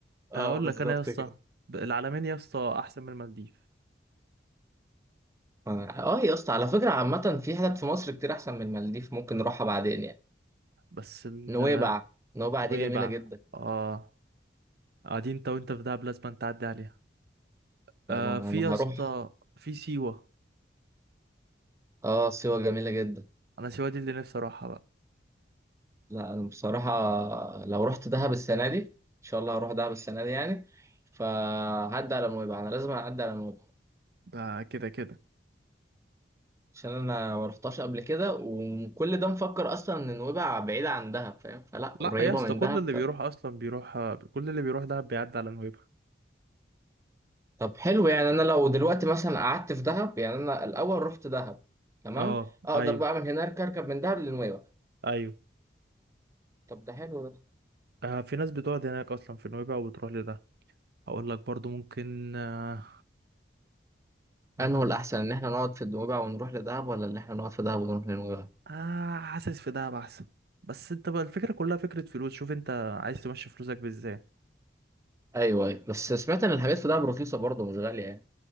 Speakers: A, on the right; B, on the right.
A: آه
B: اقول
A: بالظبط
B: لك انا يا اسطى
A: كده
B: ب- العلمين يا اسطى احسن من المالديف
A: اه يا اسطى على فكرة عامة في حتت في مصر كتير أحسن من المالديف ممكن نروحها بعدين يعني
B: بس ال-
A: نويبع نويبع
B: نويبع
A: دي جميلة جدا
B: اه قاعدين انت وانت في دهب لازم تعدي عليها آه
A: يابا
B: في
A: أنا
B: يا اسطى
A: هروح
B: في سيوة
A: اه سيوة جميلة جدا
B: انا سيوة دي اللي نفسي اروحها بقى
A: لا أنا بصراحة لو رحت دهب السنة دي إن شاء الله هروح دهب السنة دي يعني فهعدي على نويبع أنا لازم أعدي على نويبع
B: ده كده كده
A: عشان أنا ما رحتهاش قبل كده وكل ده مفكر أصلا إن نويبع بعيدة عن دهب فاهم فلا قريبة
B: لا يا اسطى
A: من
B: كل
A: دهب
B: اللي بيروح اصلا بيروح كل اللي بيروح دهب بيعدي على نويبع
A: طب حلو يعني انا لو دلوقتي مثلا قعدت في دهب يعني انا الاول رحت دهب تمام
B: اه
A: اقدر
B: ايوه
A: بقى من هناك اركب من دهب لنويبع
B: ايوه
A: طب ده حلو ده
B: آه في ناس بتقعد هناك اصلا في نويبع وبتروح لده هقول لك برضو ممكن آه ممكن
A: انه الاحسن ان احنا نقعد في نويبع ونروح لدهب ولا ان احنا نقعد في دهب ونروح لنويبع
B: آه حاسس في دهب احسن بس انت بقى الفكره كلها فكره فلوس شوف انت عايز تمشي فلوسك بازاي
A: ايوه ايوه بس سمعت ان الحاجات في دهب رخيصه برضه مش غاليه يعني